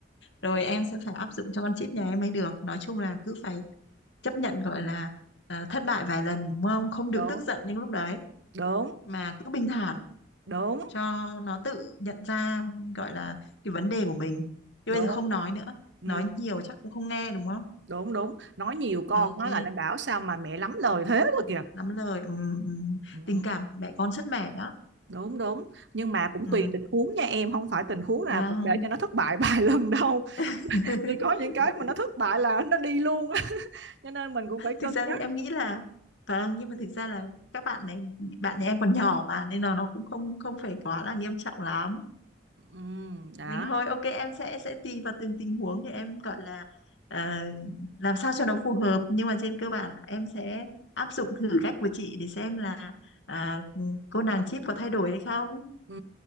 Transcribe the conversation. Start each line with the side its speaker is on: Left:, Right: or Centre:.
Left: Rồi em sẽ phải áp dụng cho con chip nhà em mới được. Nói chung là cứ phải chấp nhận gọi là ờ, thất bại vài lần đúng không? Không được
Right: đúng
Left: tức giận những lúc đấy
Right: đúng
Left: mà cứ bình thản
Right: đúng
Left: cho nó tự nhận ra gọi là cái vấn đề của mình. Chứ
Right: đúng
Left: bây giờ không nói nữa.
Right: ừ,
Left: Nói nhiều chắc cũng không nghe đúng không?
Right: đúng đúng nói nhiều con
Left: Ok,
Right: nói lại là bảo sao mà mẹ lắm lời thế rồi kìa
Left: lắm lời. Ừ, ừ.
Right: ừ,
Left: Tình cảm mẹ con sứt mẻ đó.
Right: đúng đúng nhưng mà cũng
Left: Ừ,
Right: tùy tình huống nha em không phải tình huống nào
Left: vâng.
Right: cũng để cho nó thất bại vài <laughs> lần đâu
Left: <laughs>
Right: thì có những cái mà nó thất bại là nó đi luôn á cho nên mình cũng phải
Left: thực
Right: cân
Left: ra
Right: nhắc
Left: thì em nghĩ là vâng nhưng mà thực ra là các bạn này bạn nhà em còn nhỏ mà nên là nó cũng không không phải quá là nghiêm trọng lắm
Right: Ừ, đó
Left: nhưng thôi ok em sẽ sẽ tùy vào từng tình huống để em gọi là ờ, làm sao cho nó phù hợp nhưng mà trên cơ bản là em sẽ áp dụng thử cách của chị để xem là à, cô nàng chip có thay đổi hay không
Right: ừ,